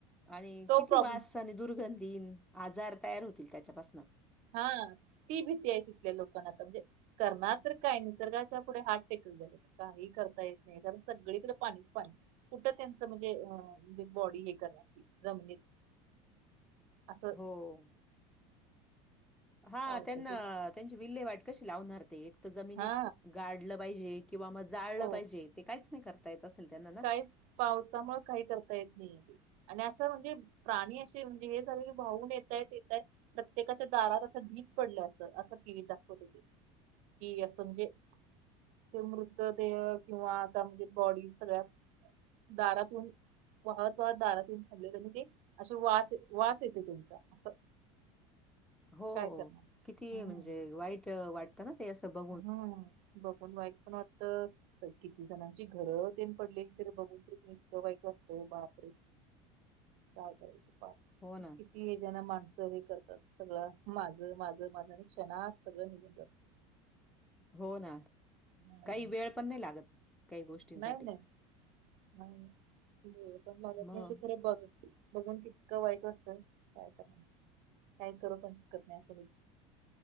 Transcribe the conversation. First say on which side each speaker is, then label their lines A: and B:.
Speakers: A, in the centre; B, on the right.
A: आणि
B: तो
A: किती
B: प्रॉब्लेम
A: वास आणि दुर्गंधीन आजार तयार होतील त्याच्यापासन
B: हा ती भीती आहे तिथल्या लोकांना आता म्हणजे करणार तर काय निसर्गाच्या पुढे हात टेकले काही करता येत नाही कारण सगळीकडे पाणीच पाणी कुठं त्यांचं म्हणजे अ म्हणजे बॉडी हे करणार जमिनीत असं
A: हो. हा
B: पावसाचे
A: त्यांना त्यांची विल्हे वाट कशी लावणार ते एक तर जमिनीत
B: हा
A: गाडलं पाहिजे किंवा मग जाळलं
B: हो
A: पाहिजे ते काहीच नाही करता येत असेल त्यांना ना
B: काहीच पावसामुळे काही करता येत नाही. आणि असं म्हणजे प्राणी अशे म्हणजे हे झालं की भाऊून येतात येतात. प्रत्येकाच्या दारात असं ढीक पडलाय असं असं टीव्हीत दाखवत होते. की असं म्हणजे ते मृतदेह किंवा आता म्हणजे बॉडी सगळ्या दारातून वाहत वाहत दारात येउन थांबल्यात तेनं ती असं वास वास येतयं तेंचा असं
A: हो
B: काय करणार.
A: किती
B: हम्म.
A: म्हणजे वाईट वाट वाटतं ना ते असं बघून
B: हम्म बघून वाईट पण वाटतं तर किती जणांची घरं तेन पडलेली तरी बघून इतकं वाईट वाटतंय बापरे. काय करायचं?
A: हो ना.
B: ती हे ज्यांना माणसं हे करतात सगळं माझं माझं माझं आणि क्षणात सगळं निघून जात.
A: हो ना
B: हम्म.
A: काही वेळ पण नाही लागत. काही गोष्टींसाठी.
B: नाही नाही नाही वेळ पण लागत
A: मग?
B: नाही ते खरे बघ बघून कितकं वाईट वाटतं काय करनार काय करू पण शिकत नाही पुढे.